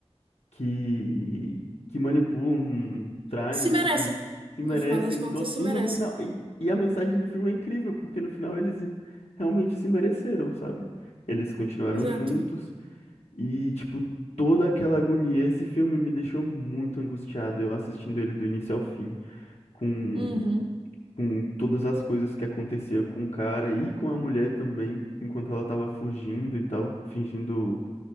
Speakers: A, on the left (about 75°); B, on the right (about 50°).
A: que, que manipulam, traem,
B: Se merecem.
A: enfim, se merecem
B: No final das contas,
A: todo.
B: se
A: E
B: merecem.
A: no final. E, e a mensagem do filme é incrível, porque no final eles realmente se mereceram, sabe? Eles continuaram
B: Exato.
A: juntos e, tipo, toda aquela agonia. Esse filme me deixou muito angustiado, eu assistindo ele do início ao fim. Com
B: Uhum.
A: com todas as coisas que acontecia com o cara e com a mulher também, enquanto ela tava fugindo e tal, fingindo